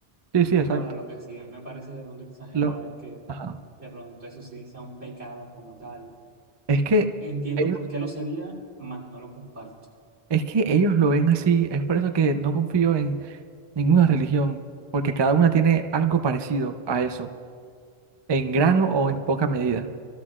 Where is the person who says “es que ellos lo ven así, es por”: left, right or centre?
Right